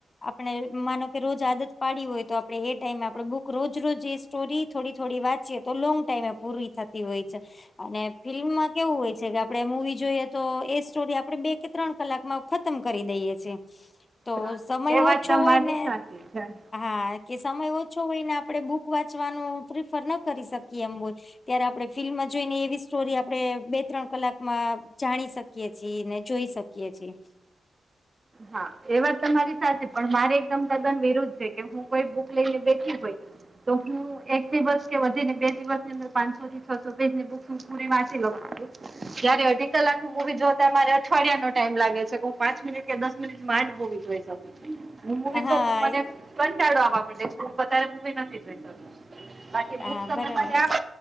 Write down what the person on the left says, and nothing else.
આપણે માનો કે રોજ આદત પાડી હોય તો આપડણે એ ટાઈમે આપડ બુક રોજ રોજ એ સ્ટોરી થોડી થોડી વાંચએ તો લોંગ ટાઈમે પૂરી થાય હોય છે અને ફિલ્મમાં કેવું હોય છે કે આપણે મુવી જોઈએ તો એ સ્ટોરી આપડે બે કે ત્રણ કલાકમાં ખતમ કરી દઈએ છીએ. તો
સમય
ઓછો
હોય ને
હા કે સમય ઓછો હોય ને આપડણે બુક વાંચવાનું પ્રિફર ન કરી શકીએ એમ ત્યારે આપણે ફિલ્મમાં જોઈને એવી સ્ટોરી આપે બે ત્રણ કલાક માં જાણી શકીએ છીએ ને જોઈ શકીએ છીએ.
હા
એ-
હા
બરાબર છે